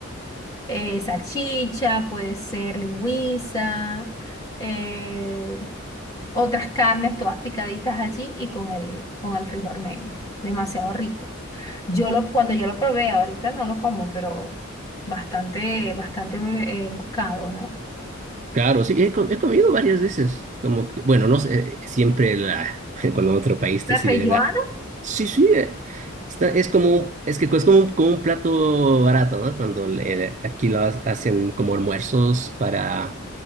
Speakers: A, on the left; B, on the right.
A: eh, salchicha, puede ser lingüiza, eh, otras carnes todas picaditas allí y con el, con el frijol negro. Demasiado rico. Yo lo, cuando yo lo probé, ahorita no lo como, pero bastante, bastante eh, buscado, ¿no?
B: Claro, sí, he, co- he comido varias veces. Como que, bueno, no sé, siempre la, <laughs> cuando en otro país te
A: ¿La
B: sirven
A: feijoada?
B: nada. Sí, sí, eh, está, es como, un- es que es como un, como un plato barato, ¿no? Cuando le- aquí lo ha- hacen como almuerzos para,